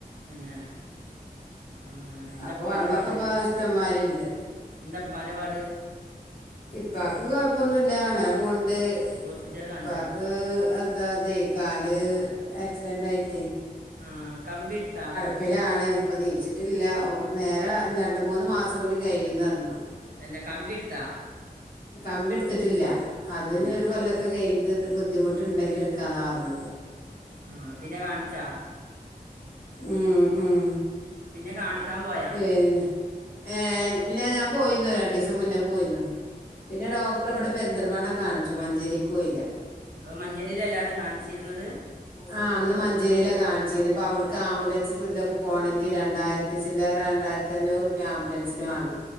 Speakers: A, on the right; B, on the left.
A: തന്നേ ആഹ് എന്തപ്പാന്റെ
B: അപ്പൊ വള്ളൊക്കെ
A: പാട്
B: ഇപ്പ ഇഷ്ടംമാരിണ്ട്
A: എന്തപ്പാന്റെ പാട്
B: ഇപ്പാക്ക് കൊയപ്പൊന്നുല്ല അങ്ങെനെ പോവ്ണ്ട്
A: ഹോസ്പിറ്റൽ കാണിച്ചാ
B: പ്പാക്ക് എന്താ തെ കാല് ആക്സിഡെന്റായിട്ടേ
A: ആഹ് കമ്പിട്ത്താ
B: പ്പിലാണ് ഇപ്പൊ നീച്ചിട്ടില്ല നേരാ രണ്ട് മൂന്ന് മാസം കൂടി കഴിയുന്നർഞ്ഞു
A: തന്നെ കമ്പിട്ത്താ
B: കമ്പിട്ത്തിട്ടില്ല അത്
A: പിന്നെ
B: ഞ്ഞ് ഒര് കൊല്ല ക്കെ കയ്ഞ്ഞ്ട്ട് ബുദ്ധിമുട്ട്ണ്ടെങ്കി ഇട്ക്കാന്നാ പർഞ്ഞത്
A: ആഹ് പിന്നെ കാണിച്ചാ
B: ഉം ഉം
A: പിന്നെ കാണിക്കാം പോ
B: പിന്നെ ഏഹ് ഇല്ല ഞാൻ പോയില്ല രണ്ടീസം മുന്നെ പോയിര്ന്നു പിന്നെ ടോ ടറെ ഇബടെ പെരിന്തൽമണ്ണ കാണിച്ചു മഞ്ചേരിക്കാേയില
A: അപ്പ മഞ്ചേരീലല്ലെ അന്നെ കാണിച്ചിര്ന്നത്
B: ആഹ് അന്ന് മഞ്ചേരിയില കാണിച്ചിന്നെ ഇപ്പൊ അവ്ട്ക്ക് ആംബുലൻസിലും ഇതിലൊക്കെ പോണെങ്കി രണ്ടായിരത്തി ചില്ലാ രണ്ടായിരത്തഞ്ഞൂറുപ്യാ ആംബുലൻസിന് മാണം